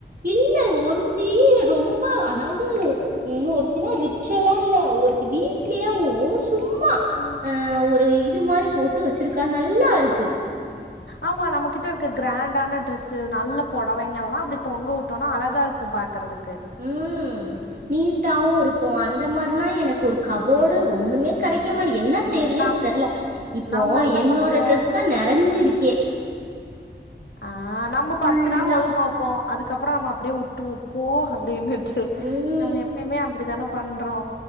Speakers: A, on the right (about 50°); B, on the left (about 75°).
A: இல்ல ஒருத்தி ரொம்ப அதாவது இன்னு ஒருத்தினா ரிச்சுல்லா இல்ல ஒருத்தி வீட்லயேவு சும்மா
B: ம்
A: ஆ ஒரு இது மாதிரி போட்டு வச்சிருக்கா நல்லா இருக்கு
B: ஆமா நம்மகிட்ட இருக்க கிராண்டான டிரெஸ்சு நல்ல புடவைங்கலா அப்படி தொங்க விட் டோனா அழகா இருக்கு பாக்கறதுக்கு
A: ம் நீட்டாவு இருக்கு அந்த மாரினா எனக்கு ஒரு கபோர்டு ஒண்ணுமே கிடைக்கமாட் என்ன செய்யறனே
B: நம்
A: தெர்ல இப்போ
B: நம்ம என்ன
A: என்னோட
B: பண்ணுவோ
A: ட்ரெஸ் தா நெறஞ்சிருக்கே
B: ஆ நம்ம
A: ஃபுல்லா
B: பத்து நாள் ஒதுங்க வெப்போ அதுக்கப்புற நம்ம அப்படியே விட்டுருவோ போ அப்படின்னுட்டு
A: ம்
B: நம்ம எப்பயுமே அப்படிதானே பண்றோ